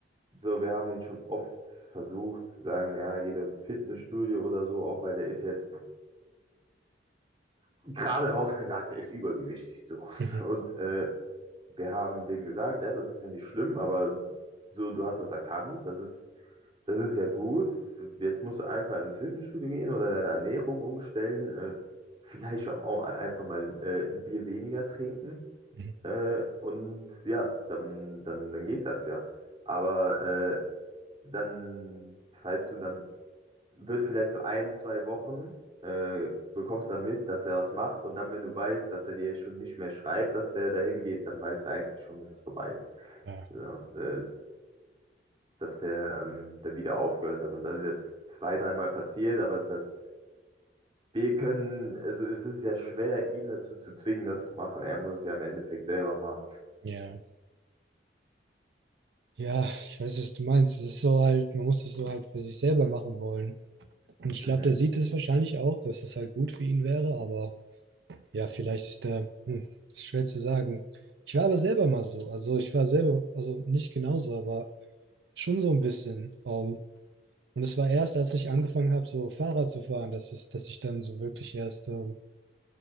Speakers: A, on the right; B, on the right.
A: so, wir haben den schon oft versucht zu sagen, ja, geht ins Fitnessstudio oder so, auch weil der ist jetzt gerade rausgesagt, der ist übergewichtig so.
B: Mhm.
A: Und äh, wir haben dem gesagt, ja, das ist ja nicht schlimm, aber so, du hast das erkannt, das ist, das ist ja gut. Jetzt musst du einfach ins Fitnessstudio gehen oder deine Ernährung umstellen, äh, vielleicht auch einfach mal äh, ein Bier weniger trinken.
B: Mhm.
A: Äh, und ja, dann, dann, dann geht das ja. Aber äh, dann, weißt du, dann wird vielleicht so ein, zwei Wochen, äh, bekommst dann mit, dass er was macht und dann, wenn du weißt, dass er dir schon nicht mehr schreibt, dass er dahin geht, dann weißt du eigentlich schon, dass es vorbei ist.
B: Ah,
A: Ja, äh, dass er ähm, da wieder aufgehört hat und das ist jetzt zwei, dreimal passiert, aber das, wir können, also es ist ja schwer, ihn dazu zu zwingen, das zu machen. Er muss es ja im Endeffekt selber machen.
B: ja. Ja, ich weiß, was du meinst. Es ist so halt, man muss das so halt für sich selber machen wollen. Und ich
A: Mhm,
B: glaube, der sieht es wahrscheinlich auch, dass das halt gut für ihn wäre, aber ja, vielleicht ist der, hm, ist schwer zu sagen. Ich war aber selber mal so. Also ich war selber, also nicht genauso, aber Schon so ein bisschen. Ähm, und es war erst, als ich angefangen habe, so Fahrrad zu fahren, dass es, dass ich dann so wirklich erst, ähm,